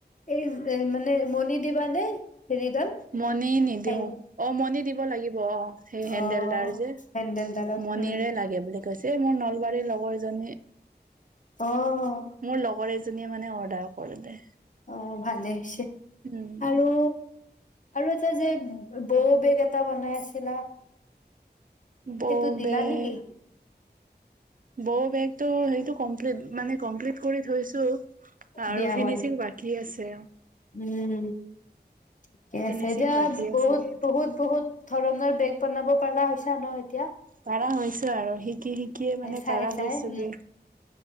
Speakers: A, on the left; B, on the right.
A: এই এ মানে মণি দিবা নে হেৰিডাল?
B: মণি নিদিওঁ
A: হেং
B: অ' মণি দিব লাগিব অ' সেই হেন্দেল
A: অ
B: ডাল যে
A: হেন্দেলডালত
B: মণিৰে
A: উম
B: লাগে বুলি কৈছে, এই মোৰ নলবাৰীৰ লগৰ এজনী
A: অ'
B: মোৰ লগৰ এজনীয়ে মানে অৰ্ডাৰ কৰিলে।
A: অ' ভালেই হৈছে।
B: উম
A: আৰু আৰু এটা যে বৌ বেগ এটা বনাই আছিলা
B: বৌ
A: সেইটো দিলা
B: বেগ
A: নেকি
B: বৌ বেগটো সেইটো কমপ্লিট মানে কমপ্লিট কৰি থৈছো, আৰু
A: দিয়া
B: ফিনিচিং
A: হোৱা নাই
B: বাকী আছে।
A: উম ঠিকে
B: ফিনিচিং
A: আছে যা-ব
B: বাকী আছে
A: বহুত
B: সেইটো
A: বহুত বহুত ধৰণৰ বেগ বনাব পাৰা হৈছা ন এতিয়া
B: পাৰা হৈছো আৰু, শিক শিকি শিকিয়ে মানে
A: চাই
B: পাৰা
A: চাই
B: হৈছোগে,
A: উম